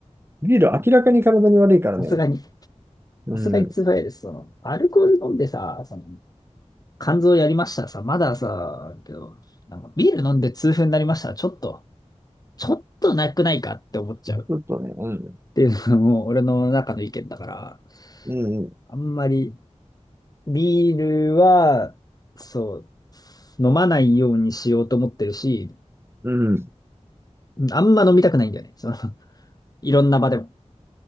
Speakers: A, on the right (about 20°); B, on the left (about 30°).
A: ビール明らかに体に悪いからね。
B: さすがに。
A: うんうん。
B: さすがに痛風は嫌です。
A: ち
B: その、アルコール飲んでさ、その、肝臓やりましたらさ、まださ、けど、なんかビール飲んで痛風になりましたらちょっと、ちょっとなくないかって思っちゃう。
A: ょっとね、うん。
B: っていうのも俺の中の意見だから、
A: うんうん。
B: あんまりビールは、そう、飲まないようにしようと思ってるし、
A: うん。
B: あんま飲みたくないんだよね。その、いろんな場でも。